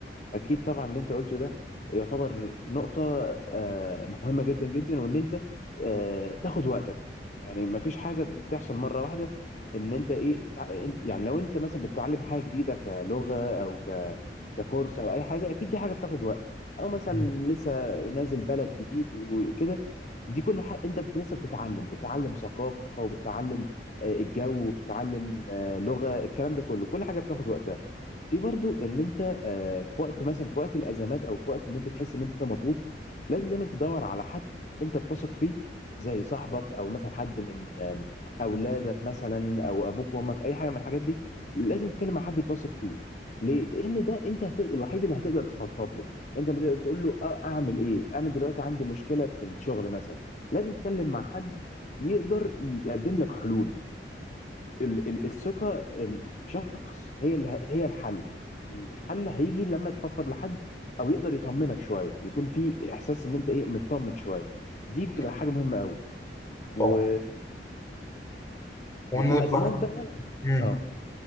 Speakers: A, on the left; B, on the left.
A: اكيد طبعا اللي انت قلته ده يعتبر نقطة آه، مهمة جدا جدا وان انت آه، تاخد وقتك يعني ما فيش حاجة بتحصل مرة واحدة ان انت ايه تتع... إن- يعني لو انت مثلا بتتعلم حاجة جديدة كلغة او ك... ككورس او اي حاجة اكيد دي حاجة بتاخد وقت او مثلا
B: مم.
A: لسه نازل بلد جديد وكده دي كل حاجة انت بت... لسه بتتعلم بتتعلم ثقافة وبتتعلم آه، الجو وبتتعلم آه، لغة الكلام ده كله كل حاجة بتاخد وقتها في برضو ان انت آه، في وقت مثلا في وقت الازمات او في وقت ان انت تحس ان انت مضغوط لازم دايما تدور على حد انت بتثق فيه زي صاحبك او مثلا حد من آم، اولادك مثلا او ابوك وامك اي حاجه من الحاجات دي لازم تتكلم مع حد بتثق فيه ليه لان ده انت هت... الوحيد اللي هتقدر تفضفض له انت اللي تقدر تقول له آه، اعمل ايه انا دلوقتي عندي مشكله في الشغل مثلا لازم تتكلم مع حد يقدر يقدم لك حلول ال- ال- الثقة إن في شخص هي ال- هي الحل الحل هيجي لما تفضفض لحد او يقدر يطمنك شوية يكون في احساس ان انت ايه مطمن شوية دي بتبقى
B: اكيد
A: حاجة مهمة قوي و...
B: طبعا ومن
A: وفي الازمات
B: واحد-
A: بقى
B: مم.
A: اه